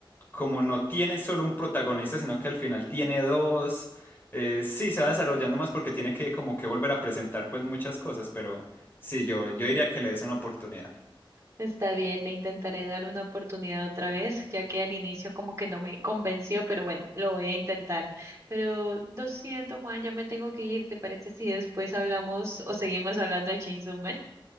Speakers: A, on the left (about 25°); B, on the right (about 35°).
A: como no tiene solo un protagonista, sino que al final tiene dos. eh, sí, se va desarrollando más porque tiene que como que volver a presentar pues muchas cosas, pero sí, yo, yo diría que le des una oportunidad.
B: Está bien, le intentaré dar una oportunidad otra vez, ya que al inicio como que no me convenció, pero bueno, lo voy a intentar. Pero lo siento, Juan, ya me tengo que ir. ¿Te parece si después hablamos o seguimos hablando de Chainsaw Man?